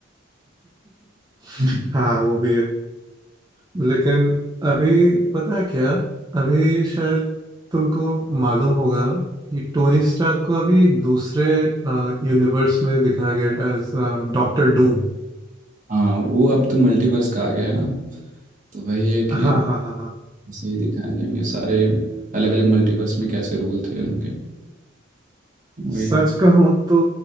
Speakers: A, on the right; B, on the right.
A: <laughs>
B: तो
A: हाँ वो भी है लेकिन अभी पता है क्या अभी शायद तुमको मालूम होगा कि टोनी स्टार्क को अभी दूसरे यूनिवर्स में दिखाया गया एज डॉक्टर डूम
B: हाँ वो अब तो मल्टीवर्स का आ गया है ना तो वही है कि
A: हाँ
B: अब
A: हाँ हाँ हाँ
B: सही दिखाए जाएंगे सारे अलग अलग मल्टीवर्स में कैसे रोल थे होंगे वही
A: सच कहूँ तो